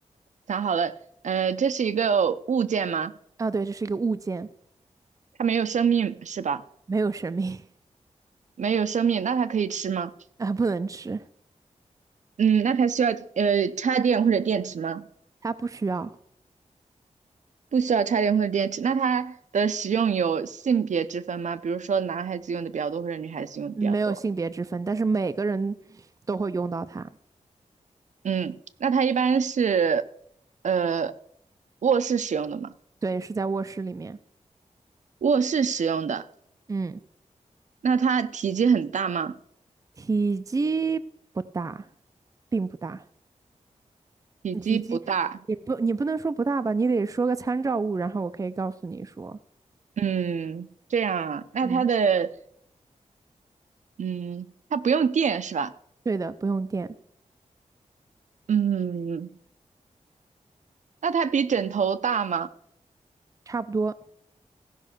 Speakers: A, on the right; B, on the right.
A: 想好了，呃，这是一个物件吗？
B: 啊，对，这是一个物件。
A: 它没有生命是吧？
B: 没有生命
A: 没有生命，那它可以吃吗？
B: 啊，不能吃，
A: 嗯，那它需要呃插电或者电池吗？
B: 它不需要，
A: 不需要插电或者电池。那它的使用有性别之分吗？比如说男孩子用的比较多，或者女孩子用的比较多？
B: 没有性别之分，但是每个人都会用到它。
A: 嗯，那它一般是呃卧室使用的吗？
B: 对，是在卧室里面，
A: 卧室使用的。
B: 嗯，
A: 那它体积很大吗？
B: 体积不大，并不大，
A: 体积不大。
B: 体积你不你不能说不大吧，你得说个参照物，然后我可以告诉你说，
A: 嗯，这样啊。那它的
B: 嗯，
A: 嗯，它不用电是吧？
B: 对的，不用电，
A: 嗯，那它比枕头大吗？
B: 差不多，